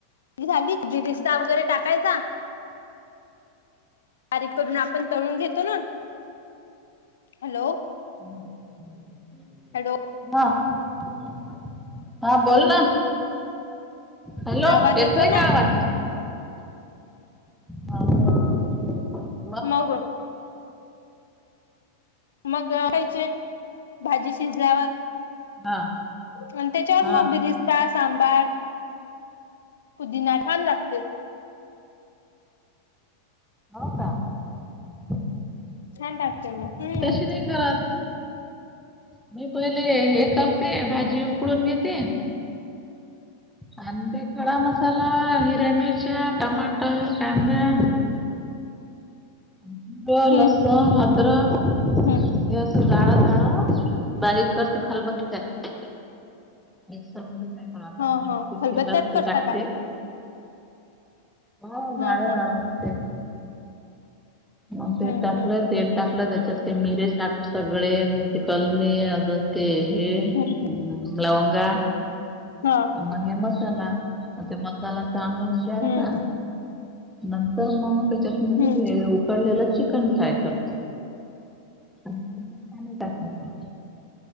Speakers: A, on the left; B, in the centre.
A: झाली बिरिस्ता वगैरे टाकायचा, बारीक करून आपण तळून घेतो ना, हॅलो?
B: <unintelligible>
A: हॅलो
B: हा. <unintelligible> हा बोल ना हॅलो?
A: आवाज
B: येत
A: येतो
B: नाही
A: ना
B: का आवाज? हो <unintelligible>
A: मग <unintelligible> मग <unintelligible> ख्यायचे, भाजी शिजल्यावर
B: हा
A: म त्याच्यावरच
B: हा.
A: मग बिरिस्ता सांबार पुदिना छान लागतय.
B: हो का? मी
A: छान लागते मग हम्म
B: तशी नाही करत मी पहिले हे करते, भाजी उकडून घेते अं ते खडा मसाला, हिरव्या मिरच्या, टमाटर, कांदा <unintelligible>
A: हम्म
B: लसण, अद्रक
A: हम्म
B: या अस जाळ जाळ बारीक करते खलबत्त्यात. म मध नाही कत आणि
A: हा
B: मग
A: हा
B: ते तेलात
A: खलबत्त्यात
B: ते
A: करता
B: टाकते.
A: का
B: हो जाळ-जाळ
A: हा हा
B: असते. मग ते
A: हम्म
B: टाकलं,
A: हम्म
B: तेल टाकलं त्याच्यात ते मिरे साक सगळेग ते कलणे अजून ते हे ह्
A: हम्म
B: लवंगा
A: हा.
B: मग हे मसाला, अशे मसाला सांगळून घ्यायचा.
A: हम्म
B: नंतर मग त्याच्यात
A: हम्म.
B: पडलेलं चिकन फ्राय करतो आणि त्याच्यात पाणी टाकायचं.